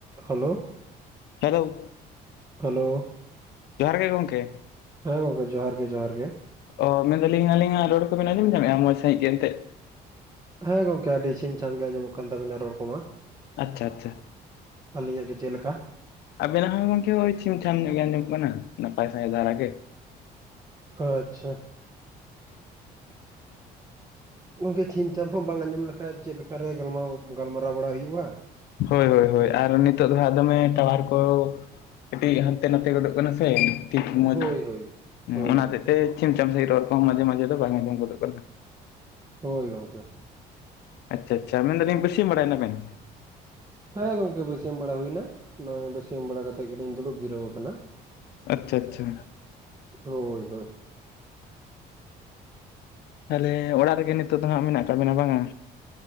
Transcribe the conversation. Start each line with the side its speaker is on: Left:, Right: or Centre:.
Right: Hello,
Left: hello.
Right: Hello,
Left: ᱜᱮ ᱜᱚᱝᱠᱮ
Right: ᱦᱮᱸ ᱜᱚᱝᱠᱮ ᱡᱚᱦᱟᱨ ᱜᱮ ᱡᱚᱦᱟᱨ ᱜᱮ᱾
Left: ᱚ ᱢᱮᱱᱫᱟᱞᱤᱧ ᱟᱹᱞᱤᱧᱟᱜ ᱨᱚᱲ ᱠᱚᱵᱤᱱ ᱟᱸᱡᱚᱢ ᱧᱟᱢᱮᱜᱼᱟ ᱢᱚᱡᱽ ᱥᱟᱹᱦᱤᱜ ᱜᱮ ᱮᱱᱛᱮ
Right: ᱦᱮᱸ ᱜᱚᱝᱠᱮ ᱟᱹᱰᱤ ᱪᱷᱤᱢ ᱪᱷᱟᱢ ᱜᱮ ᱟᱸᱡᱚᱢᱚᱜ ᱠᱟᱱ ᱛᱟᱵᱤᱱᱟ ᱨᱚᱲ ᱠᱚᱢᱟ᱾
Left: ᱟᱪᱪᱷᱟ ᱟᱪᱪᱷᱟ᱾
Right: ᱟᱹᱞᱤᱧᱟᱜ ᱜᱮ ᱪᱮᱫ ᱞᱮᱠᱟ?
Left: ᱟᱵᱮᱱᱟᱜ ᱦᱚᱸ ᱜᱚᱝᱠᱮ ᱳᱭ ᱪᱷᱤᱢ ᱪᱷᱟᱢ ᱧᱚᱜ ᱜᱮ ᱟᱸᱡᱚᱢᱚᱜ ᱠᱟᱱᱟ ᱱᱟᱯᱟᱭ ᱥᱟᱺᱦᱤᱡ ᱫᱷᱟᱨᱟ ᱜᱮ᱾
Right: ᱚ ᱟᱪᱪᱷᱟ᱾ ᱜᱚᱝᱠᱮ ᱪᱷᱤᱢ ᱪᱷᱟᱯ ᱦᱚᱸ ᱵᱟᱝ ᱟᱸᱡᱚᱢ ᱞᱮᱠᱷᱟᱡ ᱪᱮᱫ ᱞᱮᱠᱟᱨᱮ ᱜᱟᱞᱢᱟᱨᱟᱣ ᱵᱟᱲᱟ ᱦᱩᱭᱩᱜᱼᱟ?
Left: ᱦᱳᱭ ᱦᱳᱭ ᱦᱳᱭ᱾ ᱟᱨ ᱱᱤᱛᱚᱜ ᱫᱚ ᱦᱟᱸᱜ ᱫᱚᱢᱮ ᱴᱟᱣᱟᱨ ᱠᱚ ᱠᱟᱹᱴᱤᱡ ᱦᱟᱱᱛᱮ ᱱᱟᱛᱮ ᱜᱚᱫᱚᱜ ᱠᱟᱱᱟ ᱥᱮ ᱴᱷᱤᱠ ᱢᱚᱸᱡᱽ,
Right: ᱦᱳᱭ ᱦᱳᱭ ᱦᱳᱭ
Left: ᱚᱱᱟ
Right: ᱦᱳᱭ
Left: ᱦᱚᱛᱮᱜ ᱛᱮ ᱪᱷᱤᱢ ᱪᱷᱟᱢ ᱥᱟᱦᱤᱡ ᱨᱚᱲ ᱠᱚᱦᱚᱸ ᱢᱟᱡᱮ ᱢᱟᱡᱮ ᱫᱚ ᱵᱟᱝ ᱟᱸᱡᱚᱢ ᱜᱚᱫᱚᱜ ᱠᱟᱱᱟ᱾
Right: ᱦᱳᱭ ᱜᱚᱝᱠᱮ᱾
Left: ᱟᱪᱪᱷᱟ ᱟᱪᱪᱷᱟ, ᱢᱮᱱ ᱫᱟᱞᱤᱧ ᱵᱟᱹᱥᱤᱭᱟᱹᱢ ᱵᱟᱲᱟᱭᱱᱟ ᱵᱮᱱ?
Right: ᱦᱮᱸ ᱜᱚᱝᱠᱮ ᱵᱟᱹᱥᱭᱟᱹᱢ ᱵᱟᱲᱟ ᱦᱩᱭᱱᱟ, ᱱᱚᱜᱼᱚᱭ ᱵᱟᱹᱥᱭᱟᱹᱢ ᱵᱟᱲᱟ ᱠᱟᱛᱮᱫ ᱜᱮᱞᱤᱧ ᱫᱩᱲᱩᱵ ᱡᱤᱨᱟᱹᱣ ᱟᱠᱟᱱᱟ᱾
Left: ᱟᱪᱪᱷᱟ ᱟᱪᱪᱷᱟ᱾
Right: ᱦᱳᱭ ᱦᱳᱭ᱾
Left: ᱛᱟᱞᱦᱮ ᱚᱲᱟᱜ ᱨᱮᱜᱮ ᱱᱤᱛᱚᱜ ᱫᱚ ᱦᱟᱸᱜ ᱢᱮᱱᱟᱜ ᱠᱟᱜ ᱵᱮᱱᱟ ᱵᱟᱝᱟ?